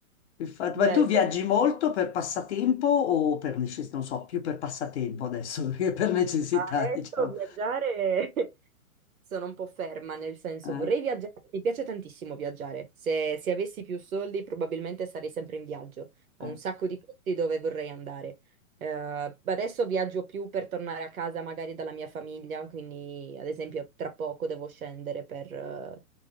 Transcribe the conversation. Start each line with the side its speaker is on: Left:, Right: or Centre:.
Left: Infatti,
Right: bello.
Left: ma tu viaggi molto per passatempo o per necessità? Non so, più per passatempo adesso <laughs> che per necessità,
Right: Adesso
Left: diciamo.
Right: viaggiare <laughs> Sono un po' ferma, nel senso
Left: Eh,
Right: vorrei viaggiare, mi piace tantissimo viaggiare. Se, se avessi più soldi probabilmente sarei sempre in viaggio. Ho
Left: eh.
Right: un sacco di posti dove vorrei andare. Eh, adesso viaggio più per tornare a casa magari dalla mia famiglia, quindi ad esempio tra poco devo scendere per eh,